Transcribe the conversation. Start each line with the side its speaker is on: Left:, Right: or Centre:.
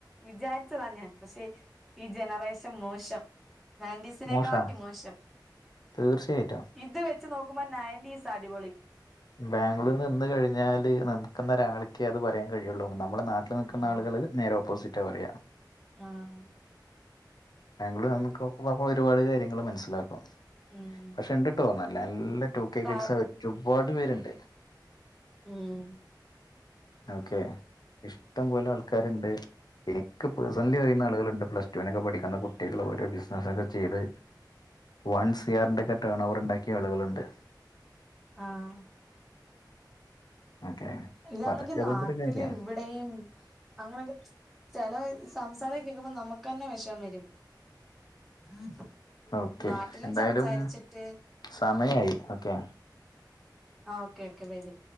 Centre: വിചാരിച്ചതാ ഞാൻ പക്ഷേ ഈ ജനറേഷൻ മോശം നയന്റീസിനെ
Left: മോശമാണ്
Centre: കാട്ടി മോശം
Left: തീർച്ചയായിട്ടും
Centre: ഇത് വെച്ച് നോക്കുമ്പോ നയൻറ്റീസാ അടിപൊളി
Left: ബാംഗ്ലൂര് നിന്ന് കഴിഞ്ഞാല് നമുക്കെന്നൊരാൾക്കെ അത് പറയാൻ കഴിയുള്ളൂ നമ്മുടെ നാട് നിൽക്കുന്ന
Centre: ഉം
Left: ആളുകൾ നേരെ ഓപ്പോസിറ്റ പറയ.
Centre: ആഹ്.
Left: ബാംഗ്ലൂർ നമുക്ക് ഒരുപാട് കാര്യങ്ങള് മനസ്സിലാക്കും
Centre: ഉം
Left: പക്ഷെ ണ്ട്ട്ടോ നല്ല നല്ല ടു കെ
Centre: കാ
Left: കിഡ്സ് ഒരുപാട് പേരുണ്ട്.
Centre: ഉം.
Left: ഓക്കെ ഇഷ്ടംപോലെ ആൾക്കാരുണ്ട് ഇനിക്ക് പേഴ്സൺലി അറിയുന്ന ആളുകള്ണ്ട് പ്ലസ് ടു നൊക്കെ പഠിക്കുന്ന കുട്ടികള് ഓരോ ബിസ് അധോക്കെ ചെയ്ത് വൺ സിയാറിന്റെ ഒക്കെ ടേൺ ഓവർ ഉണ്ടാക്കിയ ആളുകളുണ്ട്
Centre: ആഹ്.
Left: ഓക്കെ
Centre: ഇതാണെങ്കി
Left: അപ്പൊ അതൊക്കെ
Centre: നാട്ടില്
Left: അതിന്റെ ഒരു കാര്യാണ്
Centre: ഇവി യും അങ്ങനെയൊക്കെ ചില സംസാരം കേക്കുമ്പോ നമുക്ക് തന്നെ വിഷമം വരും <inaudible>
Left: ഓക്കെ
Centre: നാട്ടിലും
Left: എന്തായാലും
Centre: സംസാരിച്ചിട്ട്
Left: സമയായി ഓക്കെ
Centre: ആ കേക്കണേന്